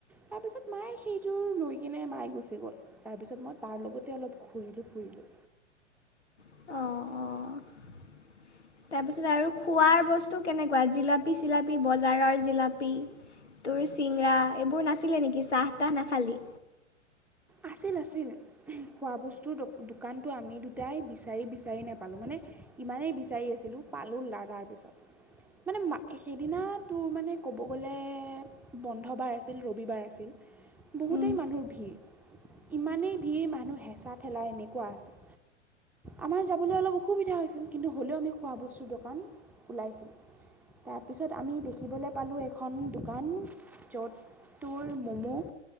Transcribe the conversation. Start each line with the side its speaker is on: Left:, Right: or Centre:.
Centre: তাৰপিছত মায়ে সেইযোৰ লৈ কিনে মায়ে গুচি গ'ল। তাৰপিছত মই তাৰ লগতে অলপ ঘূৰিলোঁ ফুৰিলোঁ।
Left: অঁ অঁ। তাৰপিছত আৰু খোৱাৰ বস্তু কেনেকুৱা জিলাপি চিলাপি বজাৰৰ জিলাপি? তোৰ চিঙৰা এইবোৰ নাছিলে নেকি? চাহ তাহ নাখালি?
Centre: আছিল, আছিল। খোৱ বস্তুৰ দোকানটো আমি দুটাই বিচাৰি বিচাৰি নাপালোঁ, মানে ইমানেই বিচাৰি আছিলোঁ পালোঁ <unintelligible> তাৰপিছত, মানে সেইদিনা তোৰ মানে ক'ব গ'লে বন্ধবাৰ আছিল, ৰবিবাৰ আছিল, বহুতেই
Left: উম,
Centre: মানুহৰ ভিৰ। ইমানেই ভিৰ মানুহ হেঁচা ঠেলা এনেকুৱা আছিল। আমাৰ যাবলৈ অলপ অসুবিধা হৈছিল কিন্তু হ'লেও আমি খোৱা বস্তুৰ দোকান ওলাইছিল। তাৰপিছত আমি দেখিবলৈ পালোঁ এখন দোকান য'ত তোৰ ম'ম',